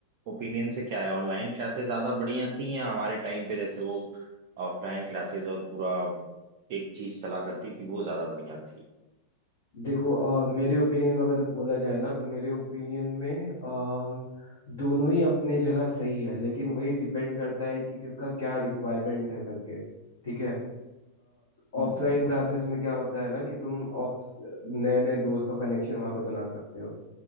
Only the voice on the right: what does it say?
ओपिनियन से क्या है ऑनलाइन क्लासेस ज्यादा बढ़िया थी या हमारे टाइम पे जैसे वो ऑफलाइन क्लासेस और पूरा एक चीज चला करती थी वो ज्यादा बढ़िया थी
हम्म हम्म